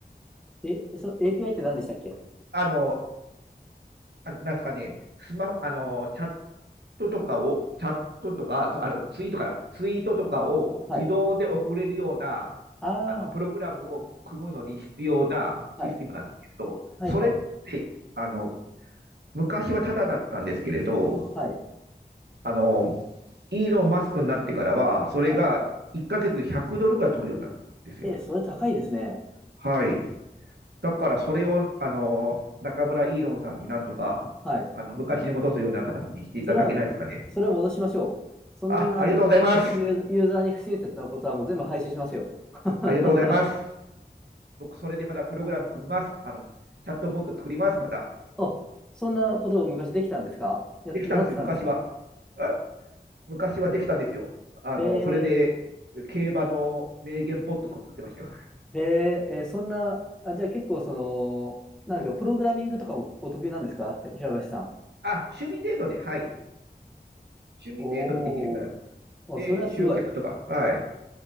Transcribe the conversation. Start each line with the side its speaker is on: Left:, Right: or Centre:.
Centre: え、その API って何でしたっけ
Right: あの、あ、なんすかね、スマ、あの、チャットとかを、チャットとか、あの、ツイートから、ツイートとかを自動で送れるような、
Centre: はい。あ
Right: あの、プログラムを組むのに必要なシステムなんですけれど、
Centre: あ、はい。はい、
Right: それって、
Centre: はい、
Right: あの、昔はタダだったんですけれど、
Centre: はい。
Right: あの、イーロン・マスクになってからは、それが1ヶ月で100ドルぐらい取るようになったんですよ。
Centre: はい。え、それ高いですね。
Right: はい。だからそれを、あの、中村イーロンさんになんとか、
Centre: はい。
Right: あの、昔に戻すような形にしていただけないですかね。
Centre: それは、それは戻しましょう。そんな
Right: あ、ありがとうございます。
Centre: ユーザー、ユーザーに不親切なことはもう全部廃止しますよ。<laughs>
Right: ありがとうございます。僕、それでまたプログラム組みます。あの、チャットボット作ります。また。
Centre: あ、そんなことを昔できたんですかや、
Right: できたんですよ、
Centre: なさってたんですか
Right: 昔は。え昔はできたんですよ。あの、
Centre: へえ、
Right: それで、競馬の名言ボットとか作ってましたよ。
Centre: へえ、えーそんな、あ、じゃあ結構その、なんだか、
Right: うん。
Centre: プログラミングとかもお得意なんですか平林さん。
Right: あ、趣味程度で、はい。趣味程度でできるぐらいです。
Centre: おー、お、
Right: で、
Centre: それはすごい。
Right: 集客とか、はい。